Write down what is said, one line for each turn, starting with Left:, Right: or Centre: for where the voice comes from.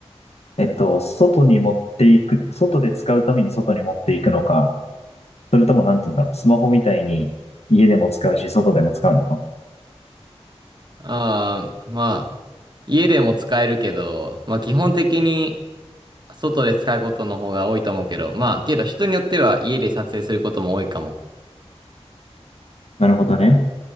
Left: えっと、外に持っていく、外で使うために外に持っていくのか、それともなんて言うんだろうスマホみたいに家でも使うし、外でも使うのか。
Right: ああ、まあ、家でも使えるけど、まあ基本的に外で使うことの方が多いと思うけど、まあけど人によっては家で撮影することも多いかも。
Left: なるほどね。